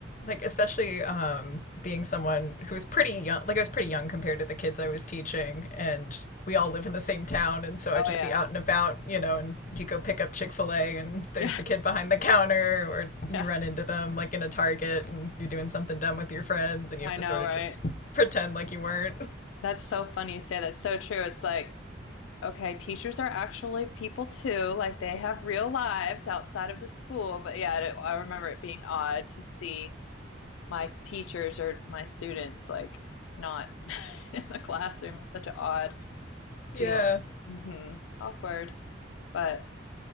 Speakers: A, on the left (about 40°); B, on the left (about 80°).
A: Like especially um being someone who was pretty young, like I was pretty young compared to the kids I was teaching and we all live in the same town and so I'd
B: Oh
A: just
B: yeah,
A: be out and about, you know, and you go pick up Chick-fil-A and there's
B: <laughs> yeah,
A: the kid behind the counter or you
B: yeah.
A: run into them like in a Target and you're doing something dumb with your friends and you
B: I
A: have to
B: know,
A: sort of
B: right?
A: just pretend like you weren't.
B: That's so funny you say that. It's So true. It's like Okay, teachers are actually people too. Like they have real lives outside of the school. But yeah, I remember it being odd to see my teachers or my students like not <laughs> in the classroom. It's such an odd feeling.
A: <laughs> yeah.
B: hmm Awkward. But